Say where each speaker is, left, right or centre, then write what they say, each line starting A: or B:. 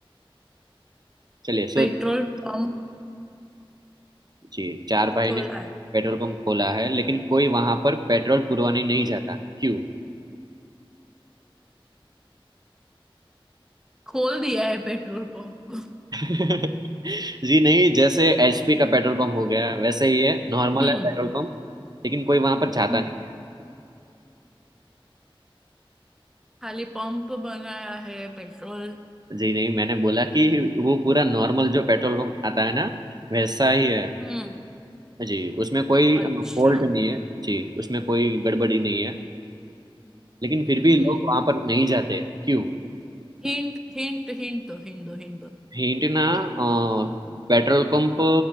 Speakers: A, on the right; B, in the centre.
A: चलिए सो
B: पेट्रोल पंप
A: जी चार भाई
B: खोला
A: ने
B: है
A: पेट्रोल पंप खोला है लेकिन कोई वहां पर पेट्रोल पुरवाने नहीं जाता क्यों
B: खोल दिया है पेट्रोल पंप को
A: <laughs> जी नहीं जैसे एचपी का पेट्रोल पंप हो गया वैसे ही है नॉर्मल
B: हम्म
A: है पेट्रोल पंप लेकिन कोई वहां पर जाता
B: हम्म
A: नहीं
B: खाली पंप बनाया है पेट्रोल
A: जी नहीं मैंने बोला कि वो पूरा नॉर्मल जो पेट्रोल पंप आता है ना वैसा ही है
B: हम्म
A: जी उसमें कोई
B: अच्छा
A: फॉल्ट नहीं है जी उसमें कोई गड़बड़ी नहीं है लेकिन फिर भी
B: हम्म
A: लोग वहां पर नहीं जाते क्यों
B: हिंट हिंट हिंट दो हिंट दो हिंट दो
A: हिंट ना अ, पेट्रोल पंप